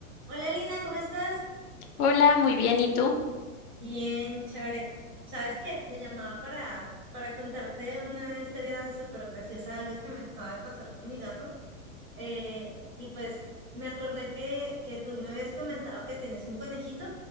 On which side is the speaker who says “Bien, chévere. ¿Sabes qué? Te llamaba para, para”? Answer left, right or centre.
Right